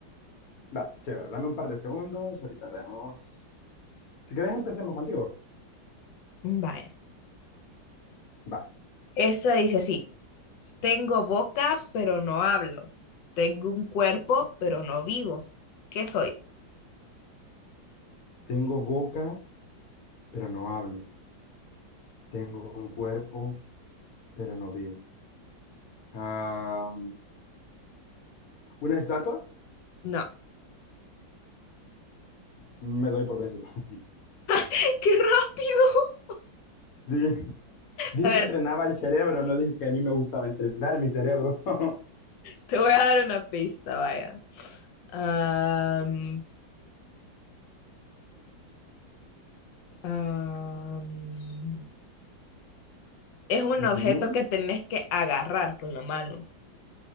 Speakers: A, on the left (about 60°); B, on the left (about 75°).
A: Va, chévere. Dame un par de segundos. Ahorita veamos. Si quieres, empecemos contigo.
B: Vale.
A: Va.
B: Esta dice así. Tengo boca, pero no hablo. Tengo un cuerpo, pero no vivo. ¿Qué soy?
A: Tengo boca, pero no hablo. Tengo un cuerpo, pero no vivo. Ah, ¿una estatua?
B: No.
A: Me doy por vencido. <laughs>
B: ¡Ay, qué rápido!
A: Dije, dije
B: A ver,
A: que entrenaba el cerebro, no dije que a mí me gustaba entrenar mi cerebro. <laughs>
B: te voy a dar una pista, vaya. Am, am, es un
A: Ujú.
B: objeto que tenés que agarrar con la mano